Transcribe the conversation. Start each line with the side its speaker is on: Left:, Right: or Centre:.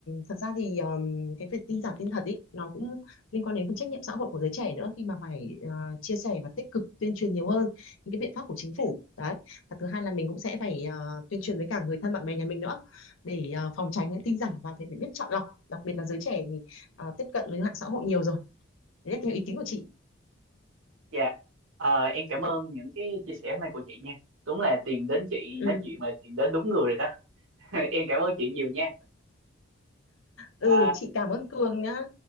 Left: thật ra thì ờm, cái việc tin giả tin thật ý nó cũng liên quan đến phần trách nhiệm xã hội của giới trẻ nữa khi mà phải ờ, chia sẻ và tích cực tuyên truyền nhiều hơn những cái biện pháp của chính
Right: dạ
Left: phủ đấy và thứ hai là mình cũng sẽ phải ờ, tuyên truyền với cả người thân bạn bè nhà mình nữa để ờ, phòng tránh những tin giả và phải biết chọn lọc đặc biệt là giới trẻ thì ờ, tiếp cận với mạng xã hội nhiều rồi đấy là theo ý kiến của chị
Right: dạ Ờ, em cảm ơn những cái chia sẻ này của chị nha đúng là tìm đến chị
Left: ừ,
Right: nói chuyện là tìm đến đúng người rồi đó <laughs> em cảm ơn chị nhiều nha
Left: ừ
Right: Ờ,
Left: chị cảm ơn Cường nhá